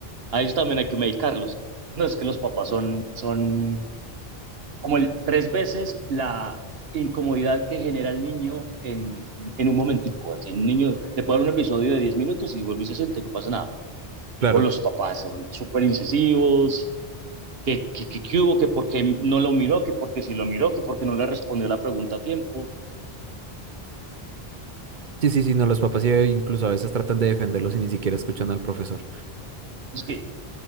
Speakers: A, on the right; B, on the right.
A: A ellos también hay que medicarlos. No, es que los papás son, son como el- tres veces la incomodidad que genera el niño en, en, en un momentico. Así, un niño le puede dar un episodio de 10 minutos y vuelve y se siente, no pasa nada.
B: Claro.
A: O los papás son súper incisivos, que, que, que, que hubo, que porque no lo miró, que porque si lo miró, que porque no le respondió la pregunta a tiempo.
B: Sí, sí, sí, no, los papás eh, incluso a veces tratan de defenderlos y ni siquiera escuchan al profesor.
A: Es que